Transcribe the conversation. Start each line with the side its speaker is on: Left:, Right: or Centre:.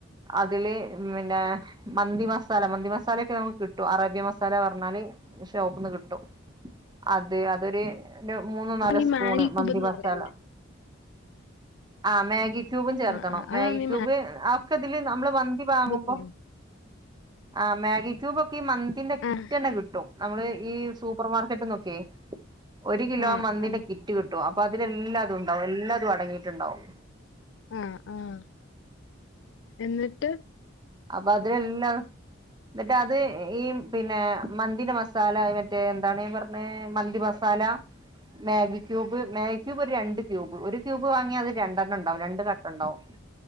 Right: അതില് പിന്നെ മന്തി മസാല മന്തി മസാലൊക്കെ നമുക്ക് കിട്ടും കിട്ടു അറേബ്യ മസാല പറഞ്ഞാല് ഷോപ്പ്ന്ന് കിട്ടും അത് അതൊരു അതൊരു മൂന്നോ
Left: അപ്പൊ
Right: നാലോ
Left: ഈ
Right: സ്പൂണ്
Left: മാഗി ക്യൂബ്
Right: മന്തി
Left: എന്ന്
Right: മസാല
Left: പറയുന്നേ
Right: ആഹ മാഗി ക്യൂബും ചേർത്തണം
Left: ആഹ് ആഹ് അതാ
Right: മാഗി
Left: നീ
Right: ക്യൂബ് അക്കെതില് നമ്മള് വന്തി വാങ്ങുമ്പോ
Left: എന്ന് പറയുന്നേ
Right: ആ മാഗി ക്യൂബ ഒക്കെ ഈ മന്തിന്റെ കിറ്റന്നെ
Left: ആഹ്
Right: കിട്ടും നമ്മള് ഈ സൂപ്പർ മാർക്കറ്റ് നോക്കെ ഒരു കിലോ
Left: ആഹ്
Right: മന്തിന്റെ
Left: ആഹ്
Right: കിറ്റ് കിട്ടു ആ അപ്പൊ അതിലെല്ലാതും ഉണ്ടാവും എല്ലാതും അടങ്ങിയിട്ടുണ്ടാവും
Left: ആഹ് ആഹ് എന്നിട്ട്
Right: അപ്പൊ അതെല്ലാ ന്ന്ട്ടത് ഈ പിന്നെ മന്തിന്റെ മസാല മറ്റേ എന്താണ് പറഞ്ഞെ മന്തി മസ് മസാല മാഗി ക്യൂബ് മാഗി ക്യൂബ് ഒരു രണ്ട് ക്യൂബ് ഒരു ക്യൂബ് വാങ്ങിയാ അത് രണ്ടെണ്ണംണ്ടാവും രണ്ട് കട്ടണ്ടാവും